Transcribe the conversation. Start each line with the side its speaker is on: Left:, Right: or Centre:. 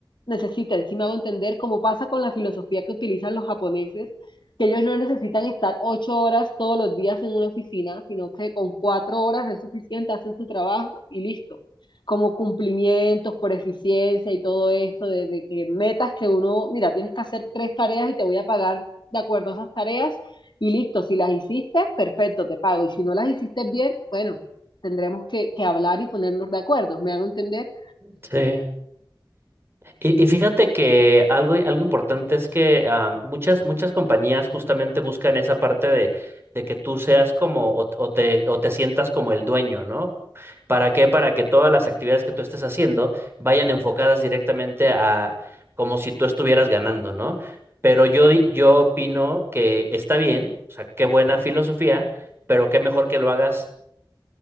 Left: necesitan. Si me hago entender, como pasa con la filosofía que utilizan los japoneses, que ellos no necesitan estar ocho horas todos los días en una oficina, sino que con cuatro horas es suficiente, hacen su trabajo y listo. Como cumplimientos por eficiencia y todo esto, de de que metas que uno, mira, tienes que hacer tres tareas y te voy a pagar de acuerdo a esas tareas y listo, si las hiciste, perfecto, te pago. Y si no las hiciste bien, bueno, tendremos que, que hablar y ponernos de acuerdo. ¿Me hago entender?
Right: Sí. Y, y fíjate que algo, algo importante es que ah, muchas, muchas compañías justamente buscan esa parte de, de que tú seas como o, o te, o te sientas como el dueño, ¿no? ¿Para qué? Para que todas las actividades que tú estés haciendo vayan enfocadas directamente a como si tú estuvieras ganando, ¿no? Pero yo, di- yo opino que está bien, o sea, qué buena filosofía, pero qué mejor que lo hagas